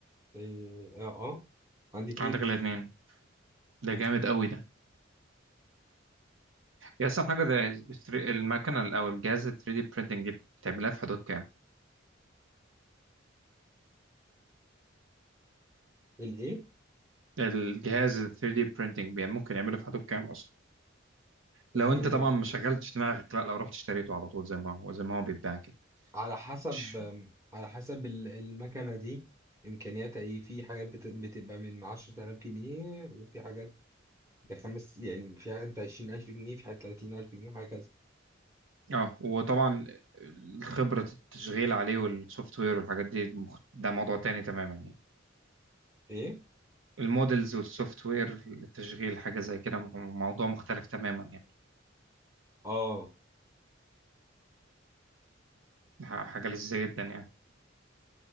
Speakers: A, on the right; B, on the right.
A: اه اه آه. عندي اتنين
B: عندك الاثنين ده جامد قوي ده هي اصلا حاجه ده الثري- المكنه او الجهاز ال 3D printing بتعملها في حدود كام
A: الايه
B: الجهاز ال 3D printing بي- ممكن يعمله في حدود كام اصلا
A: إيه
B: لو انت طبعا ما شغلتش دماغك لا لو رحت اشتريته على طول زي ما هو زي ما هو بيتباع كده
A: على حسب
B: مش-
A: آم، على حسب ال- المكنه دي امكانياتها ايه في حاجات بت- بتبقى من 10000 جنيه وفي حاجات بخمس يعني في حاجات ب 20000 جنيه في حاجات 30000 جنيه وهكذا
B: اه وطبعا خبره التشغيل عليه والسوفت وير والحاجات دي مخ- ده موضوع تاني تماما يعني
A: ايه
B: المودلز والسوفت وير للتشغيل حاجة زي كده م- موضوع مختلف تماما يعني
A: اه
B: ح- حاجة لذيذة جدا يعني